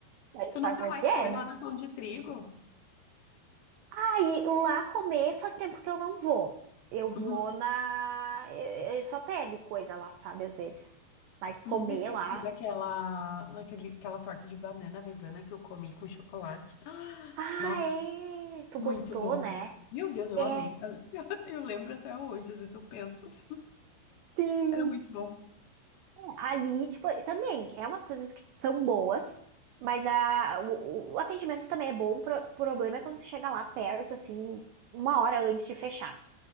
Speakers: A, on the right (about 85°); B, on the left (about 75°).
A: Aí
B: Tu nunca
A: Sabe como
B: mais
A: é que é,
B: foi
A: né?
B: lá na Pão de Trigo?
A: Aí lá comer faz tempo que eu não vou. Eu vou
B: Uhum.
A: na. Eu eu só pego coisa lá, sabe, às vezes. Mas comer
B: Nunca esqueci
A: lá.
B: daquela, daquele- aquela torta de banana vegana que eu comi com chocolate. Ah,
A: Ah,
B: Nossa,
A: é! Tu
B: muito
A: gostou,
B: boa.
A: né?
B: Meu Deus, eu
A: É,
B: amei. <laughs> Eu, eu lembro até hoje, às vezes eu penso assim.
A: sim!
B: Era muito bom.
A: Ali, tipo, também é umas coisas que são boas, mas a, o, o atendimento também é bom. O pro- problema é quando tu chega lá perto, assim, uma hora antes de fechar.